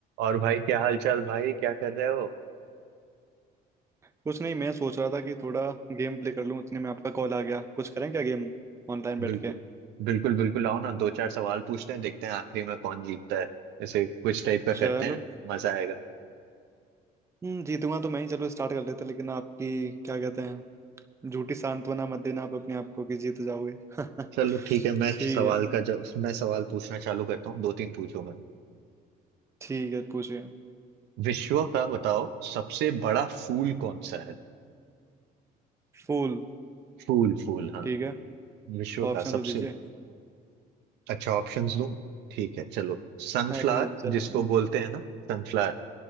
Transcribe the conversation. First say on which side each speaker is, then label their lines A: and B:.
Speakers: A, on the right (about 85°); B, on the right (about 15°).
A: और भाई क्या हाल चाल भाई क्या कर रहे हो
B: कुछ नहीं मैं सोच रहा था कि थोड़ा गेम प्ले कर लूं उतने में आपका कॉल आ गया कुछ करें क्या गेम ऑनलाइन बैठ
A: बिल्कुल
B: के
A: बिल्कुल बिल्कुल आओ ना दो चार सवाल पूछते हैं देखते हैं आखिरी में कौन जीतता है ऐसे कुछ टाइप का
B: चलो
A: करते हैं मजा आएगा
B: हम्म जीतूंगा तो मैं ही चलो स्टार्ट कर लेते हैं, लेकिन आपकी क्या कहते हैं झूठी सांत्वना मत देना आप अपने आप को कि जीत जाओगे <laughs>
A: चलो ठीक है मैं
B: ठीक
A: सवाल
B: है
A: का जो मैं सवाल पूछना चालू करता हूँ दो तीन पूछूंगा
B: ठीक है पूछिए
A: विश्व का बताओ सबसे बड़ा फूल कौन सा है
B: फूल
A: फूल फूल हाँ
B: ठीक है
A: विश्व का
B: ऑप्शन
A: सबसे
B: तो दीजिए
A: अच्छा ऑप्शंस दूं ठीक है चलो सनफ्लावर
B: अरे ज-
A: जिसको बोलते हैं ना सनफ्लावर